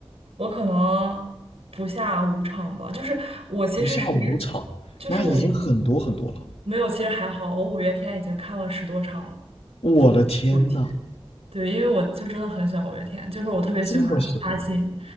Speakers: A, on the right (about 85°); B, on the left (about 85°).
A: 我可能不下五场吧。就是我其实是一个
B: 不下五场，
A: 就是我应
B: 那已经很多很多了。
A: 没有，其实还好，我五月天已经看了十多场了。
B: 我的天呐，
A: 主题？对，因为我就真的很喜欢五月天，就是我特别喜欢阿信。
B: 这么喜欢吗？